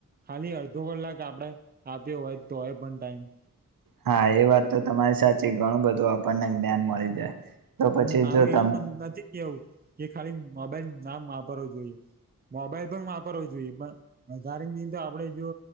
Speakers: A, on the right (about 30°); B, on the right (about 80°).
A: ખાલી અડધો કલાક આપડે આપ્યો હોય તોય હોય પણ ટાઈમ
B: હા એ વાત તો તમારી સાચી ઘણું બધું આપણને જ્ઞાન મળી જાય તો પછી
A: હ મારું
B: જો
A: એવું
B: તમ
A: નથી કેવું કે ખાલી મોબાઈલ નામ વાપરવું જોઈએ મોબાઈલ પણ વાપરવો જોઈએ, પણ વધારેની તો આપણેે જો